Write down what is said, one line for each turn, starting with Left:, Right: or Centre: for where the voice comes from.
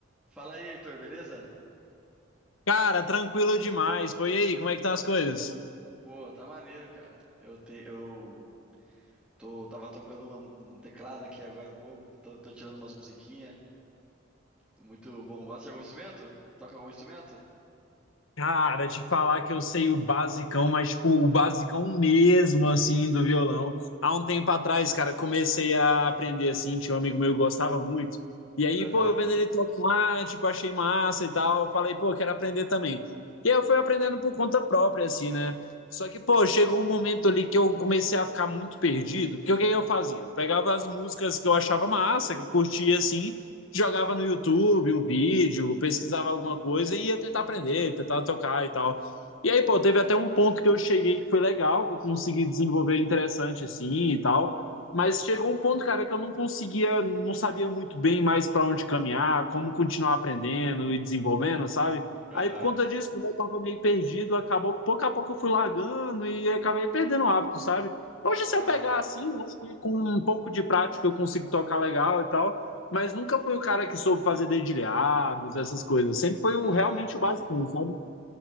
Centre: Fala aí, Heitor, beleza?
Left: Cara, tranquilo demais. Pô, e aí, como é que estão as coisas?
Centre: Pô, tá maneiro, cara. Eu te, eu tô, tava tocando uma- um teclado aqui agora há pouco. Tô, tô tirando umas musiquinhas. Muito bom. Gosta de algum instrumento? Toca algum instrumento?
Left: Cara, te falar que eu sei o basicão, mas tipo, o basicão mesmo, assim, do violão. Há um tempo atrás, cara, comecei a aprender, assim, tinha um amigo meu que gostava muito. E aí,
Centre: Aham,
Left: pô, eu vendo ele tocar, tipo, achei massa e tal. Falei, pô, quero aprender também. E aí eu fui aprendendo por conta própria, assim, né? Só que, pô, chegou um momento ali que eu comecei a ficar muito perdido. Porque o que eu fazia? Eu pegava as músicas que eu achava massa, que eu curtia, assim, jogava no YouTube um vídeo, pesquisava alguma coisa e ia tentar aprender, tentar tocar e tal. E aí, pô, teve até um ponto que eu cheguei que foi legal, que eu consegui desenvolver interessante assim e tal. Mas chegou um ponto, cara, que eu não conseguia, não sabia muito bem mais para onde caminhar, como continuar aprendendo e desenvolvendo, sabe?
Centre: aham.
Left: Aí, por conta disso, como eu tava meio perdido, acabou, que pouco a pouco eu fui largando e acabei perdendo o hábito, sabe? Hoje,
Centre: Ah,
Left: se eu pegar assim,
Centre: pode... crer.
Left: eu acho que com um pouco de prática eu consigo tocar legal e tal mas nunca foi o cara que soube fazer dedilhados, essas coisas. Sempre foi
Centre: Ah,
Left: o, realmente
Centre: entendi.
Left: o basicão, sabe?